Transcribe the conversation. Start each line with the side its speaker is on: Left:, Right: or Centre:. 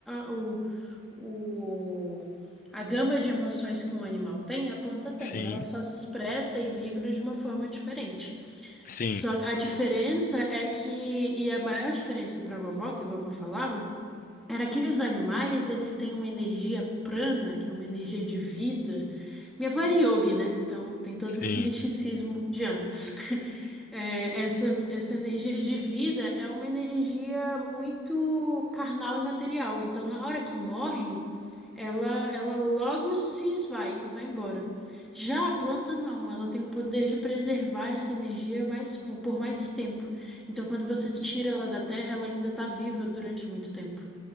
Centre: a, o, o, a gama de emoções que um animal tem, a planta tem.
Left: sim,
Centre: Ela só se expressa e vibra de uma forma diferente.
Left: sim.
Centre: Só a diferença é que, e a maior diferença para a vovó, que a vovó falava, era que os animais, eles têm uma energia prana, que é uma energia de vida. Minha avó era yogi, né? Então tem todo
Left: Sim,
Centre: esse misticismo indiano. <laughs> É, essa, essa energia de vida é uma energia muito carnal e material. Então, na hora que morre, ela, ela logo se esvai e vai embora. Já a planta não, ela tem um poder de preservar essa energia mais, por mais tempo. Então, quando você tira ela da terra, ela ainda está viva durante muito tempo